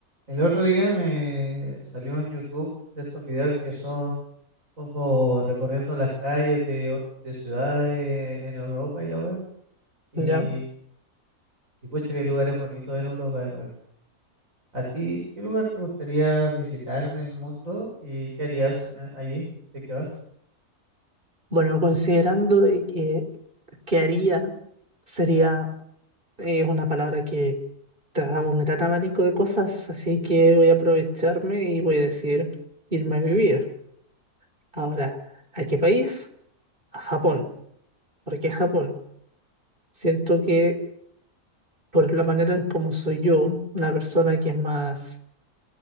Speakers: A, on the right; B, on the right.
A: El otro día me salió en YouTube de estos videos que son como recorriendo las calles de, o- de ciudades en Europa y la web. Y,
B: Ya.
A: y pucha, qué lugares bonitos en Europa de repente. ¿A ti qué lugar te gustaría visitar del mundo y qué harías en a- allí? ¿De qué vas?
B: Bueno, considerando de que que haría sería es una palabra que te da un gran abanico de cosas, así que voy a aprovecharme y voy a decir irme a vivir. Ahora, ¿a qué país? A Japón. ¿Por qué Japón? Siento que por la manera en cómo soy yo, una persona que es más